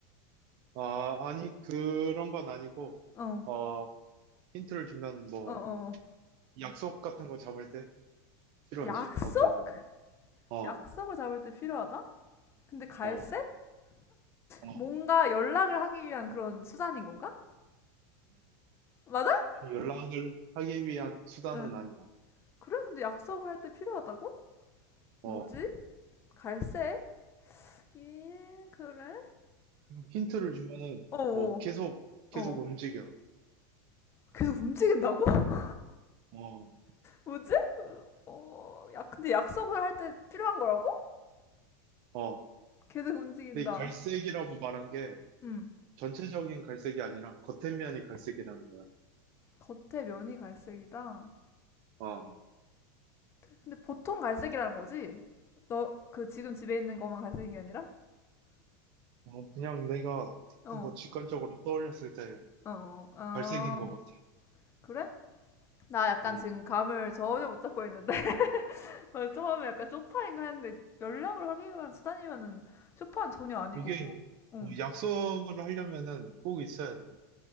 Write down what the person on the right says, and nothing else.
아, 아니, 그런 건 아니고,
어, 힌트를 주면 뭐,
약속 같은 거 잡을 때 필요하지,
어떻게 보면. 어,
어, 어.
연락을 하기 위한 수단은
아니야.
어,
힌트를 주면은,
어, 계속, 계속
움직여.
어,
어.
근데 이 갈색이라고 말한 게
전체적인 갈색이 아니라 겉에면이 갈색이라는 거야.
어,
어, 그냥 내가
뭐 직관적으로 떠올렸을 때
갈색인 것 같아.
음,
이게
어, 약속을 하려면은 꼭 있어야 돼.